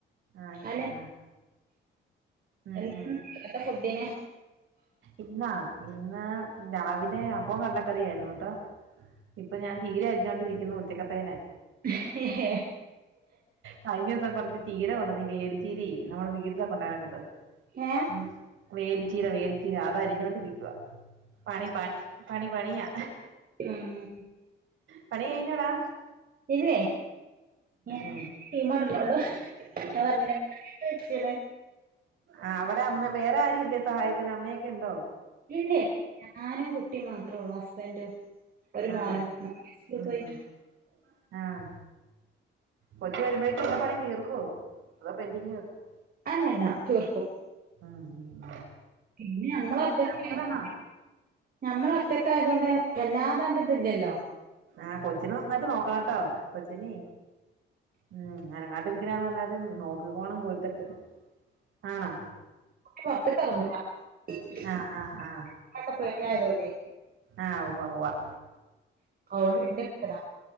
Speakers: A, on the right; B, on the right.
A: ആയിഷ
B: അനെ
A: ആഹ് ഉം
B: എ
A: ഉം ഉം
B: എന്താ ഫുഡ്ഡിന്
A: ഇന്നാ ഇന്ന് രാവിലെ അപ്പോം കടലക്കറിയായ്രുന്നൂട്ടോ ഇപ്പൊ ഞാൻ ചീര അരിഞ്ഞോണ്ട്‌രിക്കുന്നു ഉച്ചക്കത്തേന്
B: ഏഹ്
A: കഴിഞ്ഞ ദിവസം കൊർച്ച് ചീര കൊണ്ടുവന്ന് വേലുച്ചീരെ നമ്മടെ വീട്ലൊകൊണ്ടരകൂട്ട്
B: ഏഹ്
A: ഉം വേല്ച്ചീര വേല്ച്ചീര അതരിഞ്ഞോണ്ടിരിക്കുവാ പണി പണി പണി പണിയാ
B: ഉം
A: പണി കയ്ഞ്ഞാെടാ
B: ഇന്നേ ൻ
A: ഉം
B: തീമെട്ണൊള്ളൂ ഞാൻ പർഞ്ഞിലെ <unintelligible> ത്ത് വെച്ച്ണ്
A: ആഹ് അവടെ അമ്മ വേറെ ആരും ഇല്ലെ സഹായത്തിന് അമ്മയൊക്കെ ഇണ്ടോ
B: ഇല്ലേ ഞാനും കുട്ടിം മാത്രാെള്ളു ഹസ്ബന്റും ഒര്
A: ആഹ്
B: മോനും
A: ഉവ്വ ഉം
B: പോയ്
A: ഉം ആഹ് കൊച്ച് വര്മ്പഴേക്കും എല്ലാ പണിയും തീർക്കോ അത് പെന്ഡിങ്ങ് വെക്കും
B: അല്ലല്ല തീർക്കും
A: ഉം ഉം
B: പിന്നെ നമ്മളൊറ്റക്കെല്ലേ
A: അങ്ങോട്ട് മഴ മൂടലാണോ
B: <unintelligible> ഞമ്മളൊറ്റക്കായതോണ്ട് വല്ലാതാണ്ട് ഇത്‌ല്ലല്ലോ
A: ആഹ് കൊച്ചിനെ നന്നായിട്ട് നോക്കണട്ടോ കൊച്ചിനേ ഉം അനങ്ങാണ്ട് ഇരിക്കെണാന്ന് പർഞ്ഞ ണ്ട് നോക്കി കോണം പൊര്ത്ത്ക്ക് ആണാ
B: കുട്ടി പൊർത്ത്ക്കെർങ്ങൂല അത്
A: ആഹ് ആഹ് ആഹ്
B: ഒക്കെ പേട്യായതോണ്ടേ
A: ആഹ് ഉവ്വ ഉവ്വ് ഉം
B: അതുകൊണ്ട് വല്യ കിട്ടലാ